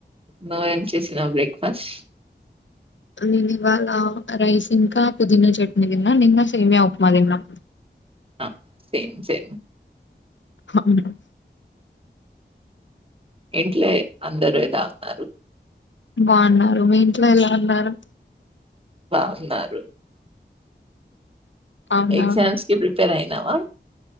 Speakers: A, on the right; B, on the left.
A: నువ్వేం చేసినవ్ బ్రేక్ఫాస్ట్
B: నేను ఇవాళ రైస్ ఇంకా పుదీనా చట్నీ తిన్నా నింకా సేమ్యా ఉప్మా తిన్నం
A: ఆ సేమ్ సేమ్
B: హవును
A: ఇంట్ల అందరూ ఎదా ఉన్నారు
B: బాగున్నారు మీ ఇంట్లో ఎలా ఉన్నారు
A: బాగున్నారు
B: అవునా
A: ఎగ్జామ్స్ కి ప్రిపేర్ అయినావా